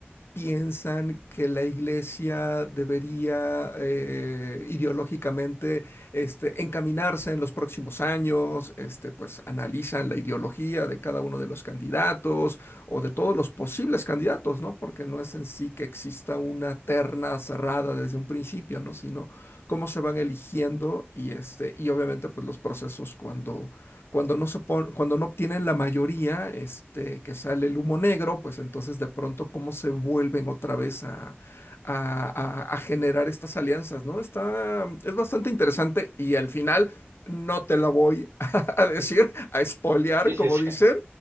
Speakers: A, on the left; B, on the right.
A: piensan que la iglesia debería eh, ideológicamente este, encaminarse en los próximos años, este, pues analizan la ideología de cada uno de los candidatos o de todos los posibles candidatos, ¿no? Porque no es en sí que exista una terna cerrada desde un principio, ¿no? Sino cómo se van eligiendo y, este, y obviamente pues los procesos cuando cuando no se pon- cuando no obtienen la mayoría, este, que sale el humo negro, pues entonces de pronto cómo se vuelven otra vez a, a- a- a generar estas alianzas, ¿no? Está, es bastante interesante y al final no te la voy <laughs> a decir, a spoilear,
B: sí, sí,
A: como
B: sí.
A: dicen,